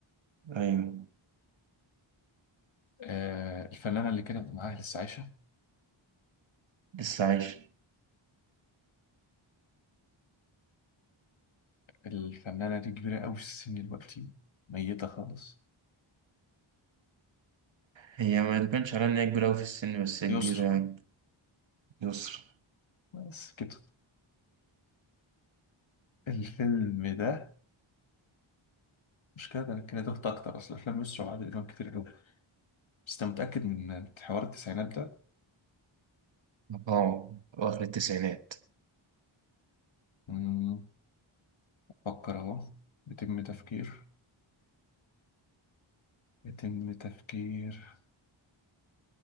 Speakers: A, on the right; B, on the left.
A: أيوة
B: آه الفنانة اللي كانت معاه لسه عايشة
A: لسه عايش
B: الفنانة دي كبيرة أوي في السن دلوقتي ميتة خالص
A: هي ما تبانش عليها إن هي كبيرة أوي في السن بس هي
B: يسرا
A: كبيرة يعني يسر
B: بس كده الفيلم ده مش كده ده أنا كان دخت اكتر اصل افلام يسرا وعادل امام كتير قوي بس انت متاكد من حوار التسعينات ده
A: أه أواخر التسعينات
B: مم، فكر اهو يتم تفكير يتم تفكير